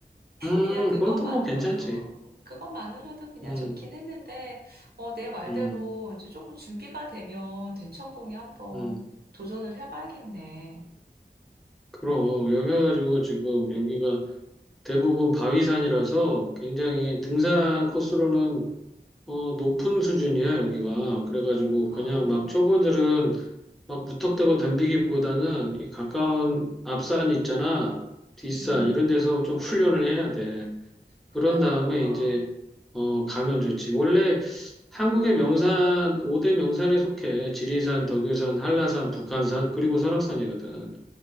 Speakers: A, in the centre; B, on the right.
A: 음,
B: 그냥 그것만으로도,
A: 그건 또 뭐 괜찮지.
B: 음, 그것만으로도 그냥
A: 음,
B: 좋긴 했는데, 어, 내 말대로
A: 음,
B: 이제 조금 준비가 되면 대청봉에 한번
A: 음.
B: 도전을 해봐야겠네.
A: 그럼 여기 해가지고 지금 여기가 대부분 바위산이라서 굉장히 등산 코스로는 어, 높은 수준이야, 여기가. 그래가지고,
B: 그러니까,
A: 그냥
B: 음,
A: 막 초보들은 막 무턱대고 덤비기보다는 이 가까운 앞산 있잖아, 뒷산,
B: 음,
A: 이런 데서 좀 훈련을 해야 돼.
B: 그래야겠다.
A: 그런 다음에 이제, 어, 가면 좋지. 원래 한국의 명산, 5대 명산에 속해. 지리산, 덕유산, 한라산, 북한산, 그리고 설악산이거든.